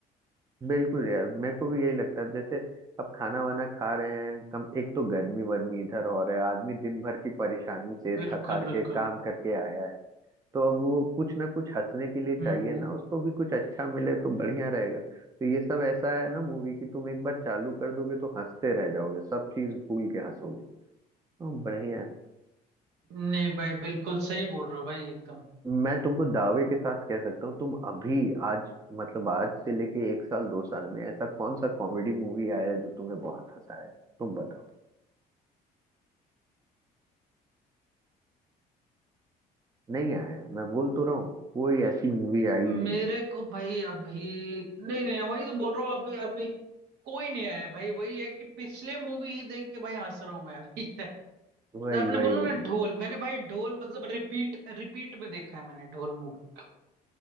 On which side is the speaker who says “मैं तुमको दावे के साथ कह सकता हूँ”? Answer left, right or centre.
Right